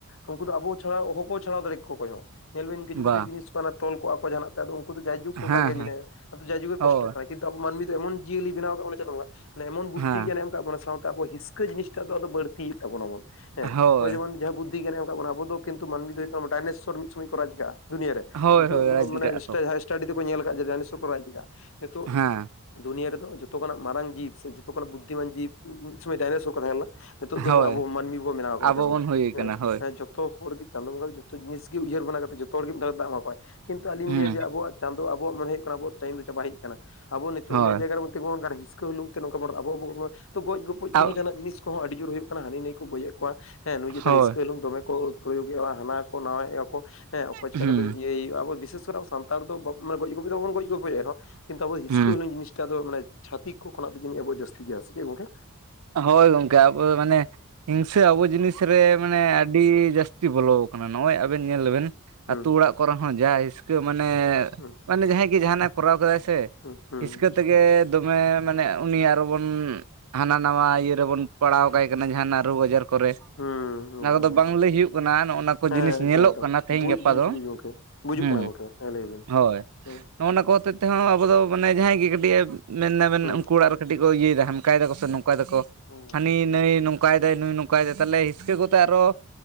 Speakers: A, on the left; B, on the right.
A: ᱩᱱᱠᱩ ᱫᱚ ᱟᱵᱚ ᱪᱷᱟᱲᱟ ᱦᱚᱸᱠᱚ ᱪᱷᱟᱲᱟᱣ ᱫᱟᱲᱮᱭᱠᱚᱣᱟ ᱚᱠᱚᱭ ᱦᱚᱸ ᱧᱮᱞᱵᱤᱱ ᱠᱤᱪᱷᱩ
B: ᱵᱟ,
A: ᱠᱤᱪᱷᱩ ᱡᱤᱱᱤᱥ ᱠᱟᱱᱟ ᱛᱚᱞ ᱠᱚᱣᱟᱜ ᱡᱟᱦᱟᱱᱟᱜ ᱛᱟ ᱟᱫᱚ ᱩᱱᱠᱩ ᱫᱚ ᱡᱟᱭᱡᱩᱜᱽ
B: ᱦᱮᱸ,
A: ᱚᱱᱠᱟ ᱜᱮ
B: ᱦᱮᱸ,
A: ᱢᱮᱱᱟᱭᱟ ᱟᱫᱚ ᱡᱟᱭᱡᱩᱜᱽ ᱜᱮ ᱠᱚᱥᱴᱚᱜ
B: ᱦᱳᱭ,
A: ᱠᱟᱱᱟ ᱠᱤᱱᱛᱩ ᱟᱵᱚ ᱢᱟᱹᱱᱢᱤ ᱫᱚ ᱮᱢᱚᱱ ᱡᱤᱭᱟᱹᱞᱤ ᱵᱮᱱᱟᱣ ᱠᱟᱜ ᱵᱚᱱᱟᱣ ᱪᱟᱸᱫᱚ ᱵᱚᱸᱜᱟ ᱮᱢᱚᱱ ᱵᱩᱫᱽᱫᱷᱤ
B: ᱦᱮᱸ,
A: ᱜᱮᱭᱟᱱ ᱮ ᱮᱢᱟᱠᱟᱫ ᱵᱚᱱᱟ ᱥᱟᱶᱛᱮ ᱟᱵᱚ ᱦᱤᱸᱥᱠᱟᱹ ᱡᱤᱱᱤᱥ ᱴᱟᱜ ᱫᱚ ᱟᱫᱚ ᱵᱟᱹᱲᱛᱤᱜ ᱛᱟᱵᱚ ᱟᱵᱚᱱ ᱦᱮᱸ
B: ᱦᱳᱭ,
A: <unintelligible> ᱟᱵᱚ ᱫᱚ ᱠᱤᱱᱛᱩ ᱢᱟᱹᱱᱢᱤ ᱫᱚ ᱦᱩᱭᱩᱜ ᱠᱟᱱᱟ ᱰᱟᱭᱱᱮᱥᱥᱚᱨ ᱢᱤᱫ ᱥᱚᱢᱚᱭ ᱠᱚ ᱨᱟᱡᱽᱠᱟᱜᱼᱟ ᱫᱩᱱᱤᱭᱟᱹᱨᱮ
B: ᱦᱳᱭ,
A: ᱱᱤᱛᱚᱜ
B: ᱦᱳᱭ, ᱨᱟᱡᱽ
A: ᱢᱟᱱᱮ
B: ᱠᱟᱜᱼᱟ
A: ᱤᱥᱴᱟ
B: ᱠᱚ,
A: ᱤᱥᱴᱟᱰᱤ ᱛᱮᱠᱚ ᱧᱮᱞ ᱠᱟᱜᱼᱟ ᱰᱟᱭᱱᱮᱥᱥᱚᱨ ᱠᱚ ᱨᱟᱡᱽ ᱠᱟᱜᱼᱟ ᱱᱤᱛᱚᱜ
B: ᱦᱮᱸ,
A: ᱫᱩᱱᱤᱭᱟᱹ ᱨᱮᱫᱚ ᱡᱚᱛᱷᱚ ᱠᱷᱚᱱᱟᱜ ᱢᱟᱨᱟᱝ ᱡᱤᱵᱽ ᱥᱮ ᱡᱚᱛᱷᱚ ᱠᱷᱚᱱᱟᱜ ᱵᱩᱫᱷᱤᱢᱟᱱ ᱡᱤᱵᱽ ᱢᱤᱫ ᱥᱚᱢᱚᱭ ᱰᱟᱭᱱᱮᱥᱥᱚᱨ ᱠᱚ ᱛᱟᱦᱮᱸ ᱞᱮᱱᱟ ᱱᱤᱛᱚᱜ ᱫᱚᱵᱚᱱ
B: ᱦᱳᱭ,
A: ᱟᱵᱚ ᱢᱟᱹᱱᱢᱤ ᱵᱚᱱ ᱵᱮᱱᱟᱣ ᱠᱟᱱᱟ
B: ᱟᱵᱚ
A: ᱪᱟᱸᱫᱚ
B: ᱵᱚᱱ
A: ᱵᱚᱸᱜᱟ
B: ᱦᱩᱭ ᱠᱟᱱᱟ ᱦᱳᱭ,
A: ᱦᱮᱸ ᱡᱚᱛᱚ ᱦᱚᱲ ᱜᱮ ᱪᱟᱸᱫᱳ ᱵᱚᱸᱜᱟ ᱡᱚᱛᱚ ᱡᱤᱱᱤᱥ ᱜᱮ ᱩᱭᱦᱟᱹᱨ ᱵᱮᱱᱟ ᱠᱟᱛᱮ ᱡᱚᱛᱚ ᱦᱚᱲ ᱜᱮ ᱢᱤᱫ ᱫᱷᱟᱣ ᱫᱟᱜ ᱮᱢᱟ ᱠᱚᱣᱟ ᱠᱤᱱᱛᱩ ᱟᱞᱤᱧ
B: ᱦᱩᱸ,
A: ᱞᱟᱹᱭᱟ ᱡᱮ ᱟᱵᱚᱣᱟᱜ ᱪᱟᱸᱫᱳ ᱟᱵᱚᱣᱟᱜ ᱢᱚᱱᱦᱮ ᱦᱩᱭᱩᱜ ᱠᱟᱱᱟ ᱟᱵᱣᱟᱜ ᱴᱟᱭᱤᱢ ᱫᱚ ᱪᱟᱵᱟ ᱦᱩᱡ ᱠᱟᱱᱟ ᱟᱵᱚ ᱱᱤᱛᱚᱜ
B: ᱦᱳᱭ,
A: ᱮᱢ ᱡᱟᱭᱜᱟ ᱨᱮᱜᱚᱱ ᱛᱤᱜᱟ ᱠᱟᱱᱟ ᱦᱤᱥ ᱠᱟᱹᱦᱩᱞᱩᱝ ᱛᱮ ᱱᱚᱝᱠᱟ ᱟᱵᱚᱨ ᱟᱵᱚ ᱟᱵᱚ ᱛᱚ ᱜᱚᱡ ᱜᱚᱯᱚᱡ
B: ᱟᱵ
A: ᱠᱚᱦᱚ ᱡᱟᱦᱟᱱᱟᱜ ᱡᱤᱱᱤᱥ ᱠᱚᱦᱚᱸ ᱟᱹᱰᱤ ᱡᱳᱨ ᱦᱩᱭᱩᱜ ᱠᱟᱱᱟ ᱦᱟᱱᱤ ᱱᱟᱹᱭ ᱠᱚ ᱜᱚᱡᱮᱫ ᱠᱟᱱᱟ ᱦᱮᱸ ᱱᱩᱭ ᱪᱮᱛᱟᱱ
B: ᱦᱳᱭ,
A: ᱦᱤᱸᱥᱠᱟᱹ ᱦᱩᱞᱩᱝ ᱫᱚᱢᱮ ᱠᱚ ᱯᱨᱚᱭᱳᱜ ᱮᱼᱟ ᱦᱟᱱᱟ ᱠᱚ ᱱᱟᱣᱟᱮᱜᱼᱟ ᱠᱚ ᱦᱮᱸ ᱚᱠᱚᱭ ᱪᱤᱠᱟ
B: ᱦᱩᱸ,
A: ᱠᱟᱛᱮ ᱤᱭᱟᱹᱭ ᱦᱩᱭᱩᱜᱼᱟ ᱟᱵ ᱵᱤᱥᱮᱥᱠᱚᱨᱮ ᱟᱵᱚ ᱥᱟᱱᱛᱟᱲ ᱫᱚ ᱜᱚᱡ ᱜᱩᱯᱤ ᱫᱚ ᱵᱟᱵᱚᱱ ᱜᱚᱡ ᱜᱚᱯᱚᱭᱚᱜ ᱟᱨᱦᱚᱸ ᱠᱤᱱᱛᱩ ᱟᱵᱚ ᱦᱤᱸᱥᱠᱟᱹ
B: ᱦᱩᱸ᱾
A: ᱦᱩᱞᱩᱝ ᱡᱤᱱᱤᱥ ᱴᱟᱫᱚ ᱢᱟᱱᱮ ᱪᱷᱟᱤᱠ ᱠᱚ ᱠᱷᱚᱱᱟᱜ ᱫᱚ ᱟᱵᱚᱣᱟᱜ ᱡᱤᱱᱤᱥ ᱜᱮᱭᱟ ᱪᱮᱫ ᱜᱚᱝᱠᱮ
B: ᱦᱳᱭ ᱜᱚᱝᱠᱮ ᱟᱵᱚ ᱢᱟᱱᱮ ᱦᱤᱝᱥᱟᱹ ᱟᱵᱚ ᱡᱤᱱᱤᱥ ᱨᱮ ᱢᱟᱱᱮ ᱟᱹᱰᱤ ᱡᱟᱹᱥᱛᱤ ᱵᱚᱞᱚ ᱟᱠᱟᱱᱟ ᱱᱚᱜᱼᱚᱭ ᱟᱵᱮᱱ ᱧᱮᱞᱵᱮᱱ
A: ᱦᱩᱸ
B: ᱟᱛᱳ ᱚᱲᱟᱜ ᱠᱚᱨᱮ ᱦᱚᱸᱡᱟ ᱦᱤᱥᱠᱟᱹ ᱢᱟᱱᱮ
A: ᱦᱩᱸ
B: ᱢᱟᱱᱮ ᱡᱟᱦᱟᱸᱭ ᱜᱮ ᱡᱟᱦᱟᱱᱟᱜ ᱠᱚᱨᱟᱣ ᱠᱟᱫᱟᱭ ᱥᱮ
A: ᱦᱩᱸ ᱦᱩᱸ
B: ᱦᱤᱥᱠᱟᱹ ᱛᱮᱜᱮ ᱫᱚᱢᱮ ᱢᱟᱱᱮ ᱩᱱᱤ ᱟᱨᱚᱵᱚᱱ ᱱᱟᱣᱟ ᱤᱭᱟᱹ ᱨᱮᱵᱚᱱ ᱯᱟᱲᱟᱣ ᱠᱟᱭ ᱠᱟᱱᱟ ᱡᱟᱦᱟᱱᱟᱜ ᱨᱳᱜᱽ ᱟᱡᱟᱨ ᱠᱚᱨᱮ
A: ᱦᱩᱸ ᱦᱩᱸ
B: ᱚᱱᱟ
A: ᱮᱠᱫᱚᱢ
B: ᱠᱚᱫᱚ ᱵᱟᱝ
A: ᱮᱠᱫᱚᱢ
B: ᱞᱟᱹᱭ ᱦᱩᱭᱩᱜ ᱠᱟᱱᱟ ᱱᱚᱜᱼ ᱱᱚᱣᱟ ᱠᱚ
A: ᱦᱮᱸ
B: ᱡᱤᱱᱤᱥ
A: ᱮᱠᱫᱚᱢ
B: ᱧᱮᱞᱚᱜ
A: ᱮᱠᱫᱚᱢ
B: ᱠᱟᱱᱟ ᱛᱮᱦᱤᱧ
A: ᱵᱩᱡᱽ
B: ᱜᱟᱯᱟ
A: ᱵᱩᱡᱽ
B: ᱫᱚ
A: ᱵᱩᱡᱽ ᱜᱚᱝᱠᱮ ᱵᱩᱡᱩᱜ
B: ᱦᱮᱸ
A: ᱠᱟᱱᱟ ᱜᱚᱝᱠᱮ ᱦᱮᱸ ᱞᱟᱹᱭ ᱵᱤᱱ
B: ᱦᱳᱭ
A: ᱦᱩᱸ
B: ᱱᱚᱜ ᱱᱚᱣᱟ ᱠᱚ ᱦᱚᱛᱮᱡ ᱛᱮᱦᱚᱸ ᱟᱵᱚ ᱫᱚ ᱢᱟᱱᱮ ᱡᱟᱦᱟᱸᱭ ᱜᱮ ᱠᱟᱹᱴᱤᱡ ᱮ ᱢᱮᱱᱫᱟᱵᱮᱱ
A: ᱦᱩᱸ
B: ᱩᱱᱠᱩ ᱚᱲᱟᱜ ᱨᱮ ᱠᱟᱹᱴᱤᱡ ᱠᱚ ᱤᱭᱟᱹᱮᱫᱟ ᱦᱟᱱᱠᱟᱭ ᱫᱟᱠᱚ ᱥᱮ ᱱᱚᱝᱠᱟᱭ ᱫᱟᱠᱚ
A: ᱦᱩᱸ
B: ᱦᱟᱹᱱᱤ ᱱᱟᱹᱭ ᱱᱚᱝᱠᱟᱭ ᱫᱟᱭ ᱱᱩᱭ ᱱᱚᱝᱠᱟᱭ ᱫᱟᱭ ᱛᱟᱞᱮ ᱡᱤᱸᱥᱠᱟᱹ ᱠᱚᱛᱮ ᱟᱨᱚ